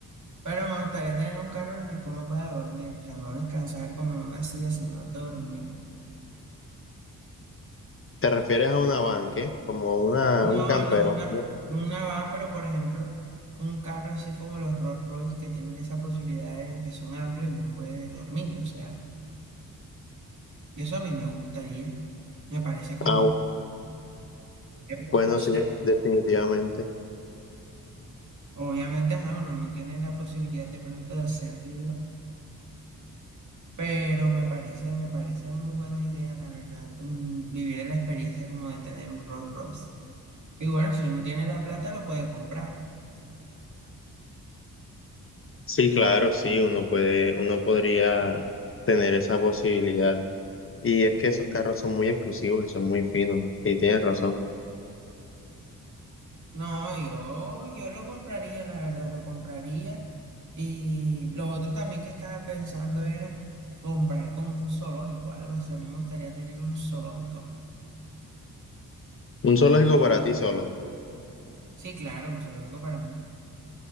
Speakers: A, on the right (about 55°); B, on the left (about 40°).
A: Pero me gustaría tener un carro en el que uno pueda dormir, o sea, no descansar como en una silla, sino dormir.
B: ¿Te refieres a una van, qué? Como una,
A: No,
B: un campero.
A: no una, no una van, pero por ejemplo, un carro así como los Rolls Royce que tienen esa posibilidad de que son amplios y uno puede dormir, o sea, y eso a mí me gustaría. Me parece como,
B: Ah,
A: como
B: bueno,
A: no sé.
B: sí, definitivamente.
A: Obviamente, ajá, uno no tiene la posibilidad de pronto de hacerlo, pero me parece, me parece muy buena idea, la verdad, mm, vivir la experiencia como de tener un Rolls Royce. Y bueno, si uno tiene la plata, lo puede comprar.
B: Sí, claro, sí, uno puede, uno podría tener esa posibilidad. Y es que esos carros son muy exclusivos y son muy finos. Y tienes razón.
A: No, yo, yo lo compraría, la verdad, lo compraría. Y lo otro también que estaba pensando era comprar con un zoológico, algo así. A mí me gustaría tener un zoológico.
B: Un zoológico para ti solo.
A: Sí, claro, un zoológico para mí.